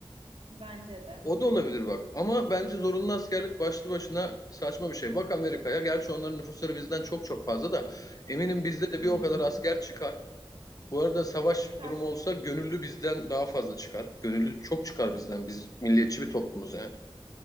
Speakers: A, on the right; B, on the left.
A: <laughs> Bence de.
B: O da olabilir bak. Ama bence zorunlu askerlik başlı başına saçma bir şey. Bak Amerika'ya. Gerçi onların nüfusları bizden çok çok fazla da eminim bizde de
A: Hı
B: bir o
A: hı.
B: kadar asker çıkar. Bu arada savaş
A: Çıkar.
B: durumu olsa gönüllü bizden daha fazla çıkar. Gönüllü çok çıkar bizden. Biz milliyetçi bir toplumuz yani.